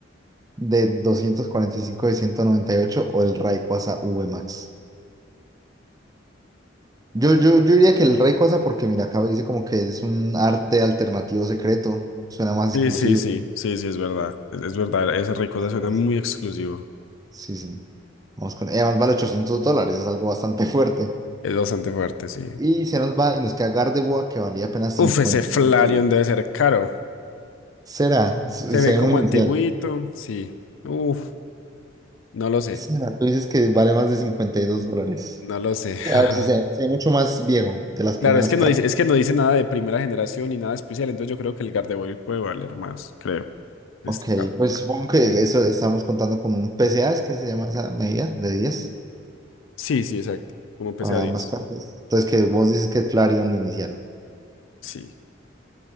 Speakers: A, on the right; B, on the left.
A: de 245 de 198 o el Rayquaza V Max. Yo, yo, yo diría que el Rey Cosa, porque mira, acá dice como que es un arte alternativo secreto, suena más
B: Sí,
A: exclusivo.
B: sí, sí, sí, sí, es verdad. Es, es verdad, ese Rayquaza
A: más
B: suena
A: cosas.
B: muy exclusivo.
A: Sí, sí. Vamos con. y Además vale 800 dólares, es algo bastante <laughs> fuerte.
B: Es bastante fuerte, sí.
A: Y se nos va y nos queda Gardevoir, que valía apenas 52
B: Uf, ese Flareon
A: dólares.
B: debe ser caro.
A: Será, se
B: Se
A: se
B: ve
A: ve
B: como
A: muy inicial.
B: antiguito, sí. Uf, no lo sé,
A: Será, tú dices que vale más de 52 dólares.
B: no lo sé.
A: Que A
B: <laughs>
A: ver si se, se ve mucho más viejo de las primeras
B: Claro, es que
A: cartas.
B: no dice, es que no dice nada de primera generación ni nada especial, entonces yo creo que el Gardevoir puede valer más, creo, en
A: Ok,
B: este caso.
A: pues supongo que eso estamos contando con un P C A es que se llama esa medida de 10
B: Sí, sí, exacto. Como P
A: a
B: C a diez.
A: ambas cartas. Entonces, que vos dices que el Flareon inicial.
B: Sí.